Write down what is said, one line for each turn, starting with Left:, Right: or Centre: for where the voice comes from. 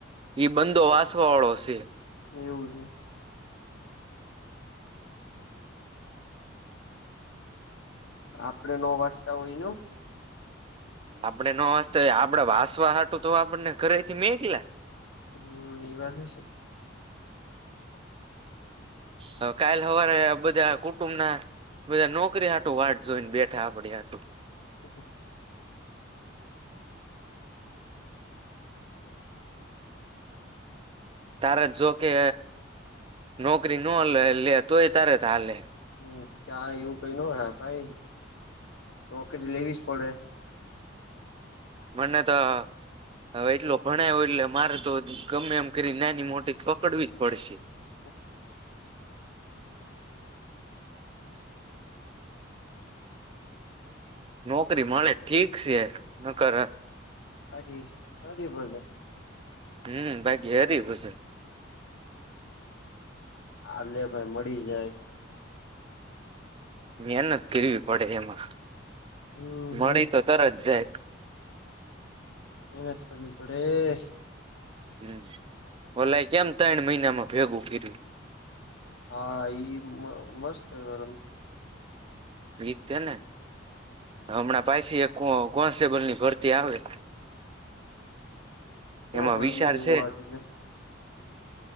Right: ઈ બંધો વાચવા વાળો છે.
Left: એવું છે. આપડે નો વાચતા હોયનું.
Right: આપણેે વાસ્તા આપડે વાસવાહાટું તો આપણને ઘરેથી નીકળ્યા.
Left: હમ, એ વાત હશે.
Right: હ, કાલ હવારે બધા કુટુંબ ના. બધા નોકરી હાટું વાટ જોઈને બેઠા આપડી હાટે.
Left: હ હ <unintelligible>
Right: તારે જોકે નોકરી ન લે લે તોય તારે હાલે.
Left: હમ, ક્યાં એવું કઈ ન હ ભાઈ, નોકરી લેવી જ પડે.
Right: મને તો હવે એટલો ભણાય એટલે મારે તો ગમે એમ કરી નાની-મોટી પકડવી જ પડશે.
Left: <unintelligible>
Right: નોકરી મળે ઠીક છે, નકર
Left: રાી અરે ભજન
Right: હમ બાકી હરી ભજન
Left: હલેે ભાઈ મળી જાય
Right: મહેનત કરવી પડે એમાં
Left: હમ
Right: મળી
Left: હમ
Right: તો તરત જાય
Left: મહેનત કરવી પડે
Right: હમ ઓલાય કેમ ત્રણ મહિનામાં ભેગું કર્યું
Left: હા મસ્તમ
Right: વીક છે. ને હમણાં પાછી એક કોન્સ્ટેબલ ની ભરતી આવે એમાં
Left: ભરવી
Right: વિચાર
Left: દેવું
Right: છે.
Left: આગેને